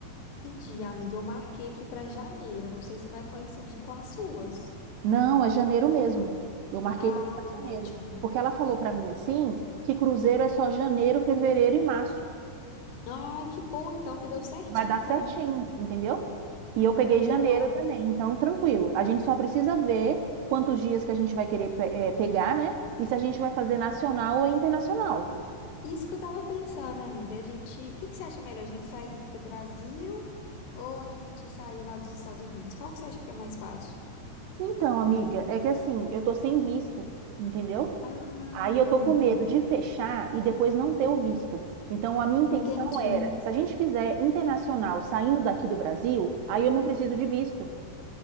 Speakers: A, on the left; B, on the right.
A: Pedi, amiga, eu marquei aqui pra janeiro, não sei se vai coincidir com as suas.
B: Não, é janeiro mesmo. Eu marquei
A: Ah,
B: também para
A: não,
B: janeiro.
A: ótimo.
B: Porque ela falou para mim assim que cruzeiro é só janeiro, fevereiro e março.
A: Ai, que bom então, que deu certinho
B: Vai dar
A: então.
B: certinho, entendeu? E eu peguei
A: Combinou.
B: janeiro também, então tranquilo. A gente só precisa ver quantos dias que a gente vai querer pe- eh, pegar, né? E se a gente vai fazer nacional ou internacional.
A: Isso que eu tava pensando, amiga. A gente, o que que você acha melhor? A gente sair daqui do Brasil ou a gente sair lá dos Estados Unidos? Qual que você acha que é mais fácil?
B: Então, amiga, é que assim, eu tô sem visto, entendeu?
A: Ah,
B: Aí eu tô
A: amiga.
B: com medo de fechar e depois não ter o visto. Então, a minha intenção
A: Entendi.
B: era, se a gente fizer internacional saindo daqui do Brasil, aí eu não preciso de visto.